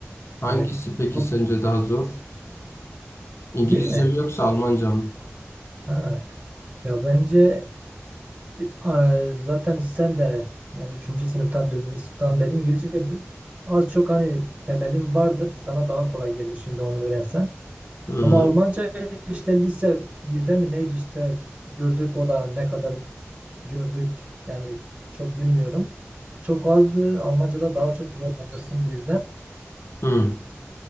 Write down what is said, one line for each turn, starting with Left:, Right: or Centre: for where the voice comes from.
Left: Hangisi
Right: Yani
Left: peki
Right: çok
Left: sence daha zor? İngilizce
Right: değil mi?
Left: mi yoksa Almanca mı?
Right: Ha. Ya bence Bir- a- Zaten sen de yani üçüncü sınıftan dördüncü sınıftan beri İngilizce bi- az çok hani temelin vardır. Sana daha kolay gelir şimdi onu öğrensen.
Left: Hı.
Right: Ama Almanca işte lise birde mi neydi işte gördük o da ne kadar gördük yani çok bilmiyorum. Çok azdı. Almanca'da daha çok zorlanırsın bu yüzden.
Left: Hı.